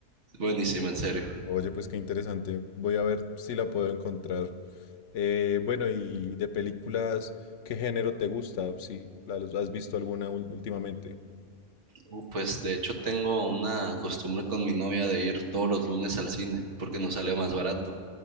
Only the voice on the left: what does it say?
Oye, pues qué interesante. Voy a ver si la puedo encontrar. Eh, bueno, y de películas, ¿qué género te gusta? Si la- los- has visto alguna ul- últimamente.